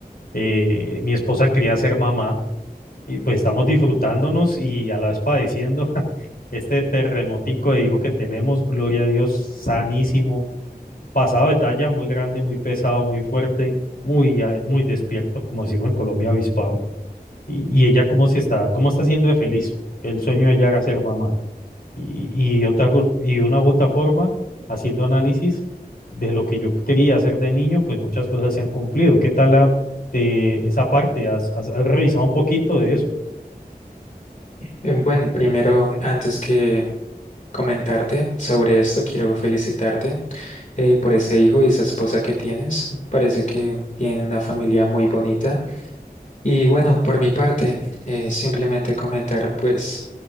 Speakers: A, on the left (about 65°); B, on the left (about 50°).
A: eh, mi esposa quería ser mamá y pues estamos disfrutándonos y a la vez padeciendo <laughs> este terremotico de hijo que tenemos, gloria a Dios, sanísimo pasado de talla, muy grande, muy pesado, muy fuerte, muy, ah, muy despierto, como decimos en Colombia, avispado. Y, y ella cómo se está, cómo está siendo de feliz, que el sueño de ella era ser mamá. Y, y de otra, go- y de una u otra forma, haciendo análisis de lo que yo quería hacer de niño, pues muchas cosas se han cumplido. ¿Qué tal la, de esa parte? ¿Has, has, has revisado un poquito de eso?
B: Eh, Bueno, primero, antes que comentarte sobre esto, quiero felicitarte eh, por ese hijo y esa esposa que tienes. Parece que tienen una familia muy bonita. Y bueno, por mi parte, eh, simplemente comentar, pues